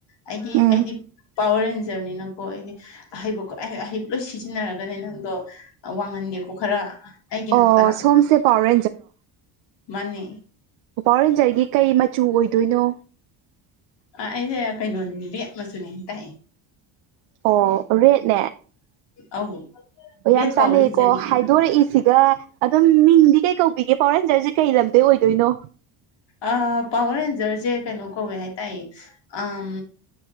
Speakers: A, on the left; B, on the right.
A: ꯑꯩꯒꯤ
B: ꯎꯝ
A: ꯑꯩꯗꯤ ꯄꯋꯔ ꯔꯦꯟꯖꯔꯅꯤꯅꯀꯣ ꯑꯩꯗꯤ ꯑꯍꯩꯕ ꯑꯍꯩ ꯑꯍꯩꯕ ꯂꯣꯏ ꯁꯤꯖꯤꯟꯅꯔꯒꯅꯦ ꯅꯪꯗꯣ ꯋꯥꯡꯍꯟꯒꯦꯀꯣ ꯈꯔ ꯑꯩꯒꯤ ꯅꯥꯛꯇ
B: ꯑꯣ
A: ꯂꯥꯛꯑꯣ
B: ꯁꯣꯝꯁꯦ ꯄꯋꯥꯔ
A: ꯃꯥꯅꯦ
B: ꯄꯥꯎꯋꯔ ꯔꯦꯟꯖꯔꯒꯤ ꯀꯩ ꯃꯆꯨ ꯑꯣꯏꯗꯣꯏꯅꯣ
A: ꯑꯥ ꯑꯩꯖꯦ ꯀꯩꯅꯣꯅꯤ ꯔꯦꯠ ꯃꯆꯨꯅꯦ ꯇꯥꯏꯌꯦ
B: ꯑꯣ ꯔꯦꯠꯅꯦ
A: ꯑꯧ
B: ꯑꯣ
A: ꯔꯦꯠ
B: ꯌꯥꯝ ꯆꯥꯟꯅꯩꯌꯦꯀꯣ
A: ꯄꯋꯥꯔ ꯔꯦꯟꯖꯔꯅꯤ
B: ꯍꯥꯏꯗꯣꯔꯛꯏꯁꯤꯒ
A: ꯑꯩꯗꯤ
B: ꯑꯗꯨꯝ ꯃꯤꯡꯗꯤ ꯀꯩ ꯀꯧꯕꯤꯒꯦ ꯄꯥꯎꯔ ꯍꯦꯟꯖꯔꯖꯦ ꯀꯩ ꯂꯝꯗꯩ ꯑꯣꯏꯗꯣꯏꯅꯣ
A: ꯑꯥ ꯄꯋꯥꯔ ꯔꯦꯟꯖꯔꯖꯦ ꯀꯩꯅꯣ ꯀꯧꯋꯦ ꯍꯥꯏ ꯇꯥꯏ ꯎꯝ